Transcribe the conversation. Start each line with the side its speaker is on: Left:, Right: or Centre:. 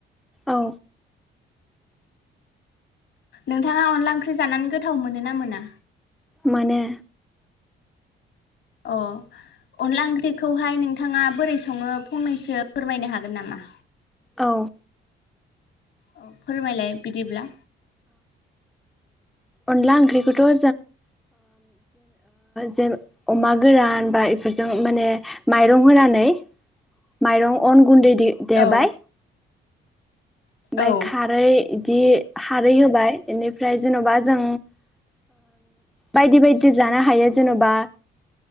Centre: औ
Left: नोंथाङा अनला ओंख्रि जानानै गोथाव मोनो ना मोना
Centre: मोनो
Left: अ अनला ओंख्रिखौहाय नोंथाङा बोरै सङो फंनैसो फोरमायनो हागोन नामा
Centre: औ
Left: औ फोरमायलाय बिदिब्ला
Centre: अनला ओंख्रिखौथ' जों ज अमा गोरान बा इफोरजों माने माइरं होनानै माइरं अन गुन्दै द दे
Left: औ
Centre: बाय फ्राय
Left: औ
Centre: खारै बिदि खारै होबाय बेनिफ्राय जेन'बा जों बायदि बायदि जानो हायो जेन'बा